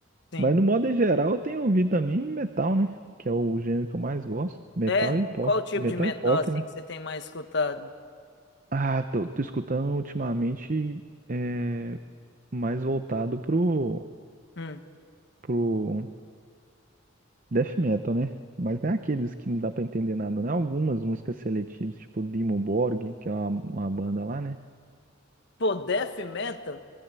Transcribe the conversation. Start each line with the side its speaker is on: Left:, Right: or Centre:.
Left: sim.
Right: Mas no modo geral, eu tenho ouvido também metal, né? Que é o gênero que eu mais gosto. Metal
Left: É,
Right: e pop.
Left: qual tipo
Right: Metal
Left: de metal
Right: e pop,
Left: assim
Right: né?
Left: que você tem mais escutado?
Right: Ah, tô, tô escutando ultimamente é, mais voltado pro,
Left: Hum.
Right: pro Death metal, né? Mas não é aqueles que não dá pra entender nada, né? Algumas músicas seletivas, tipo Dimmu Borg, que é uma, uma banda lá, né?
Left: Pô, death metal?